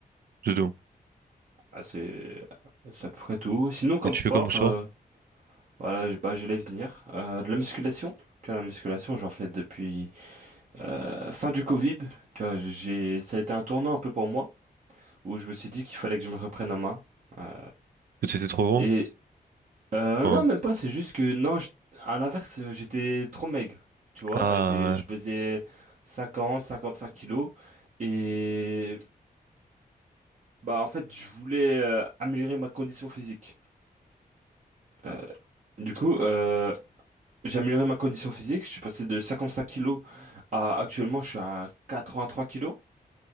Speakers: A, on the right (about 65°); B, on the right (about 50°).
A: Du tout.
B: Ah, c'est c'est à peu près tout. Sinon, comme
A: Et tu
B: sport,
A: fais comme sport?
B: euh, voilà, je- bah, j'allais venir. Euh, de la musculation, tu vois, la musculation, j'en fais depuis euh, fin du Covid. Tu vois, j'ai ça a été un tournant un peu pour moi, où je me suis dit qu'il fallait que je me reprenne en main. Euh,
A: Parce que t'étais trop gros?
B: et Euh,
A: Enfin,
B: non, même pas, c'est juste que, non, je- à l'inverse, euh, j'étais trop maigre, tu vois,
A: Ah,
B: j'ai, je pesais 50, 55 kilos, et bah en fait, je voulais euh, améliorer ma condition physique. Euh, du coup, euh, j'ai amélioré ma condition physique, je suis passé de 55 kilos à, actuellement, je suis à 83 kilos,